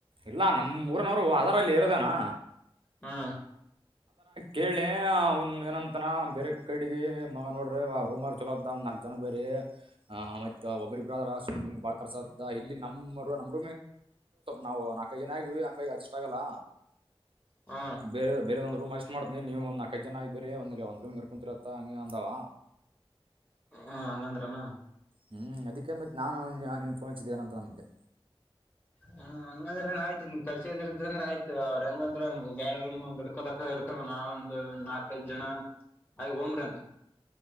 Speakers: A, on the right; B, on the left.
A: ಇಲ್ಲಾ ನಮ್ಮ್ ಊರನವರು ಅದರ ಇಲ್ಲಿ ಇರೋದನಾ
B: ಹಾ
A: ಕೇಳೆ ಅವನ್ ಏನಂತನ ಬೇರೆ ಕಡೆಗೆ ಮಗ ನೋಡ್ರಿ ಆ ರೂಮರ್ ಚಲೋದ ಒ್ ನಾಕ್ ಜನ ಬೇರಿ ಆ್ ಮತ್ತತ್ ಒಬ್ಬ್ರಬ್ಬರ್ರ ನಿಮ್ ಬಾಳ್ ಕರ್ಸ ಇಲ್ಲಿ ನಮ್ಮರು ನ ನಾವು ನಾಲ್ಕೈದು ಜನ ಆಗವಿ ಹಂಗಾಗಿ ಅಷ್ಟ ಆಗಲ್ಲ
B: ಹ್ಮ
A: ಬೇರೆ ಬೇರೆ ಒಂದ್ ರೂಮ್ ಅಷ್ಟಟ್ ಮಾಡ್ತೀಿ ನೀವು ಒಂದ ನಲ್ಕೈದು ಜನ ಆಗಿ ಬೇ ಒಂದ ಒಂದ ಮಿನವರೆ ಕು ಮುಂಚಿರುತ್ತಾ ಹಂಗೆ ಅಂದಾವ
B: ಹ್ಮ ಹಂಗಂದ್ರನು
A: ಹ್ಮ್ ಅದಕ್ಕೆೇಂಬತ್ ನಾನು ನಿನ್ ಫೋನ್ ಇಸಿದ ನಂತ ನಮಗೆ
B: ಹಾ ಹಂಗಂದ್ರ ಆಯ್ತು ಕರ್ಸದ ಇದಂದ್ರ ಆಯ್ತು ಅವ್ರ ಹಂಗಂತಂಗ ಬ್ಯಾಡ ರೂಮ್ ಒಂದ್ಡ್ಕ ಹಡ್ಕಲ್ಲ ನಾವ ಒಂದ ನಾಕೈದ್ ಜನ ಆ ಹಂಬ್ರ ಅಂತ